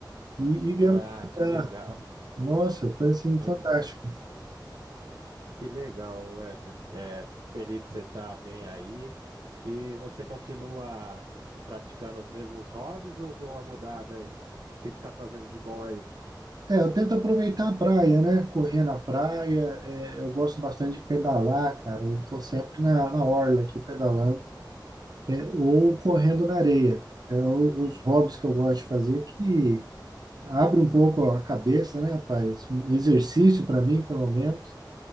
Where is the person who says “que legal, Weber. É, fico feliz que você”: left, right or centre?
Right